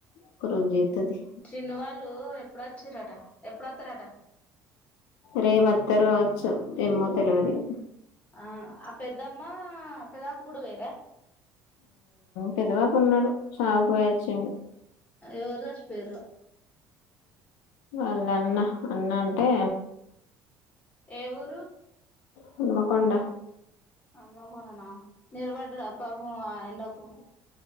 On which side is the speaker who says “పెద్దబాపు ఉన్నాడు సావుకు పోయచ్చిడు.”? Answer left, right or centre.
Left